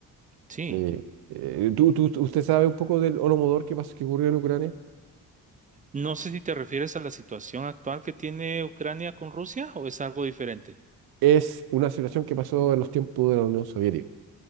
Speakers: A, on the right; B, on the right.
A: Sí.
B: eh, eh, ¿tú, tú- usted sabe un poco del Holodomor que pasó, que ocurrió en Ucrania?
A: No sé si te refieres a la situación actual que tiene Ucrania con Rusia o es algo diferente.
B: es una situación que pasó en los tiempos de la Unión Soviética.